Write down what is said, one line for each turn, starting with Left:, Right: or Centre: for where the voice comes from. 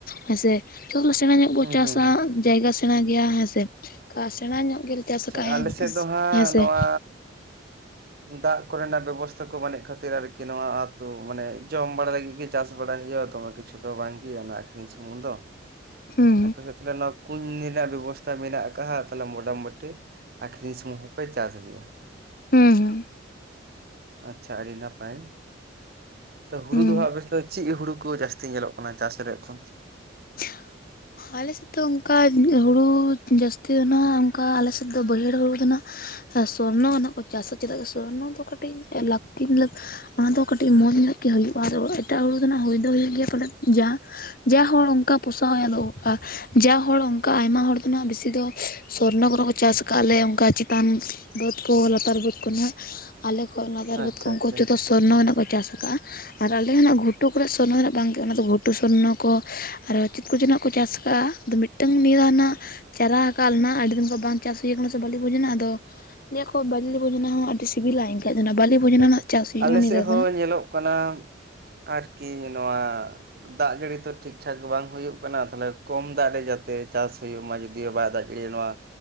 Left: ᱦᱮᱸ ᱥᱮ ᱡᱚᱛᱚᱮ ᱥᱮᱬᱟ ᱧᱚᱜ ᱵᱚ
Right: ᱦᱩᱸ
Left: ᱪᱟᱥᱟ
Right: ᱦᱩᱸ ᱦᱩᱸ
Left: ᱡᱟᱭᱜᱟ ᱥᱮᱬᱟ ᱜᱮᱭᱟ ᱦᱮᱸᱥᱮ ᱠᱟ ᱥᱮᱬᱟ ᱧᱚᱜ ᱜᱮᱞᱮ ᱪᱟᱥ
Right: ᱟᱪᱪᱷᱟ
Left: ᱠᱟᱜ-ᱟ ᱦᱮᱸ
Right: ᱟᱞᱮ ᱥᱮᱫ ᱫᱚ ᱦᱟᱸᱜ
Left: ᱥᱮᱮ
Right: ᱱᱚᱣᱟ ᱫᱟᱜ ᱠᱚᱨᱮᱱᱟᱜ ᱵᱮᱵᱚᱥᱛᱷᱟ ᱠᱚ ᱵᱟᱹᱱᱩᱜ ᱠᱷᱟᱹᱛᱤᱨ ᱟᱨᱠᱤ ᱱᱚᱣᱟ ᱟᱹᱛᱩ ᱢᱟᱱᱮ ᱡᱚᱢ ᱵᱟᱲᱟ ᱞᱟᱹᱜᱤᱫ ᱜᱮ ᱪᱟᱥ ᱵᱟᱲᱟᱭ ᱦᱩᱭᱩᱜᱼᱟ ᱫᱚᱢᱮ ᱠᱤᱪᱷᱩ ᱾ ᱫᱚ ᱵᱟᱝ ᱜᱮ ᱚᱱᱟ ᱟᱠᱠᱷᱨᱤᱧ ᱥᱩᱢᱩᱝ ᱫᱚ
Left: ᱦᱩᱸ
Right: ᱟᱯᱮ ᱥᱮ ᱛᱟᱦᱚᱞᱮ ᱱᱚᱣᱟ ᱠᱩᱧ ᱨᱮᱱᱟᱜ ᱵᱮᱵᱚᱥᱛᱟ ᱢᱮᱱᱟᱜ ᱠᱟᱜᱼᱟ ᱦᱟᱜ ᱛᱟᱦᱞᱮ ᱢᱚᱴᱟᱢᱩᱴᱤ ᱾ ᱟᱠᱷᱨᱤᱧ ᱥᱩᱢᱩᱝ ᱦᱚᱸᱯᱮ ᱪᱟᱥ ᱜᱮᱭᱟ
Left: ᱦᱩᱸ ᱦᱩᱸ
Right: ᱟᱪᱪᱷᱟ ᱟᱹᱰᱤ ᱱᱟᱯᱟᱭ ᱾ᱛᱚ ᱦᱩᱲᱩ
Left: ᱦᱩᱸ
Right: ᱫᱚ ᱦᱟᱜ ᱵᱮᱥᱛ ᱪᱮᱫ ᱦᱩᱲᱩ ᱠᱚ ᱡᱟᱹᱥᱛᱤ ᱧᱮᱞᱚᱜ ᱠᱟᱱᱟ ᱪᱟᱥᱨᱮ ᱮᱠᱷᱚᱱ?
Left: <unintelligible> <inaudible> ᱟᱞᱮᱥᱮᱫ ᱫᱚ ᱚᱱᱠᱟ ᱦᱩᱲᱩ ᱡᱟᱹᱥᱛᱤ ᱫᱚ ᱱᱟᱦᱟᱜ ᱚᱱᱠᱟ ᱟᱞᱮᱥᱮᱫ ᱫᱚ ᱵᱟᱹᱭᱦᱟᱹᱲ ᱦᱩᱲᱩ ᱫᱚ ᱱᱟᱜ ᱥᱚᱨᱱᱚ ᱱᱟᱜ ᱠᱚ ᱪᱟᱥᱟ ᱪᱮᱫᱟᱜ ᱥᱮ ᱥᱚᱨᱱᱚ ᱫᱚ ᱠᱟᱹᱴᱤᱡ ᱞᱟᱹᱠᱛᱤ ᱚᱱᱟ ᱫᱚ ᱠᱟᱹᱴᱤᱡ ᱢᱚᱸᱡᱽ ᱧᱚᱜ ᱜᱮ ᱦᱩᱭᱩᱜᱼᱟ ᱟᱫᱚ ᱮᱴᱟᱜ ᱦᱩᱲᱩ ᱫᱚᱱᱟᱜ ᱦᱩᱭ ᱫᱚ ᱦᱩᱭᱩᱜ ᱜᱮᱭᱟ ᱯᱟᱞᱮ ᱡᱟᱸ ᱡᱟ ᱦᱚᱲ ᱚᱱᱠᱟ ᱯᱚᱥᱟᱣ ᱟᱫᱚ ᱚᱠᱟ ᱡᱟ ᱦᱚᱲ ᱚᱱᱠᱟ ᱟᱭᱢᱟ ᱦᱚᱲ ᱫᱚᱱᱟᱜ ᱵᱮᱥᱤ ᱫᱚ ᱥᱚᱨᱱᱚ ᱠᱚᱨᱮ ᱠᱚ ᱪᱟᱥ ᱟᱠᱟᱫ ᱞᱮ ᱚᱱᱠᱟ ᱪᱮᱛᱟᱱ ᱵᱟᱹᱫᱽ ᱠᱚ ᱞᱟᱛᱟᱨ ᱵᱟᱹᱫᱽ ᱠᱚᱱᱟᱜ ᱟᱞᱮ ᱠᱷᱚᱡ ᱞᱟᱛᱟᱨ
Right: ᱟᱪᱪᱷᱟ
Left: ᱵᱟᱹᱫᱽ ᱠᱚ ᱩᱱᱠᱩ
Right: ᱟᱪᱪᱷᱟ
Left: ᱡᱚᱛᱚ ᱥᱚᱨᱱᱚ ᱱᱟᱜ ᱠᱚ ᱪᱟᱥ ᱟᱠᱟᱜᱼᱟ ᱟᱨ ᱟᱞᱮ ᱦᱚ ᱱᱟᱜ ᱜᱷᱩᱴᱩ ᱠᱚᱨᱮᱱᱟᱜ ᱥᱚᱨᱱᱚ ᱫᱚ ᱱᱟᱜ ᱵᱟᱝ ᱜᱮ ᱚᱱᱟ ᱫᱚ ᱜᱷᱩᱴᱩ ᱥᱚᱨᱱᱚ ᱠᱚ ᱟᱨ ᱪᱮᱫ ᱠᱚ ᱡᱚᱱᱟᱜ ᱠᱚ ᱪᱟᱥ ᱟᱠᱟᱜᱼᱟ ᱟᱫᱚ ᱢᱤᱫᱴᱟᱝ ᱱᱤᱭᱟᱹ ᱱᱟᱜ ᱪᱟᱨᱟ ᱠᱟᱜ ᱞᱮᱱᱟ ᱟᱹᱰᱤ ᱫᱤᱱ ᱠᱷᱚᱡ ᱵᱟᱝ ᱪᱟᱥ ᱦᱩᱭᱩ ᱠᱟᱱᱟ ᱥᱮ ᱵᱷᱟᱹᱞᱤ ᱵᱩᱡᱽ ᱮᱱᱟ ᱟᱫᱚ ᱞᱟᱹᱭᱟᱠᱚ ᱵᱟᱹᱞᱤ ᱵᱷᱚᱡᱱᱟ ᱦᱚᱸ ᱟᱹᱰᱤ ᱥᱤᱵᱤᱞᱟ ᱮᱱᱠᱷᱟᱱ ᱫᱚ ᱵᱟᱹᱞᱤ ᱵᱷᱚᱡᱱᱟ
Right: ᱟᱪᱪᱷᱟ
Left: ᱨᱮᱱᱟᱜ
Right: ᱟᱪᱪᱷᱟ
Left: ᱪᱟᱥ ᱦᱩᱭᱩᱜ
Right: ᱟᱞᱮ
Left: ᱠᱟᱱᱟ ᱱᱤᱭᱟᱹ
Right: ᱥᱮᱫ
Left: ᱫᱷᱟᱭ
Right: ᱦᱚᱸ
Left: ᱦᱟᱜ
Right: ᱧᱮᱞᱚᱜ ᱠᱟᱱᱟ ᱟᱨᱠᱤ ᱱᱚᱣᱟᱼᱼ ᱫᱟᱜ ᱡᱟᱹᱲᱤ ᱛᱚ ᱴᱷᱤᱠ ᱴᱷᱟᱠ ᱵᱟᱝ ᱦᱩᱭᱩᱜ ᱠᱟᱱᱟ ᱛᱟᱦᱟᱚᱞᱮ ᱠᱚᱢ ᱫᱟᱜ ᱨᱮ ᱡᱟᱛᱮ ᱪᱟᱥ ᱦᱩᱭᱩᱜ ᱢᱟ ᱡᱩᱫᱤ ᱭᱳ ᱵᱟᱭ ᱫᱟᱜᱼᱼ <inaudible> ‌ ᱱᱚᱶᱟ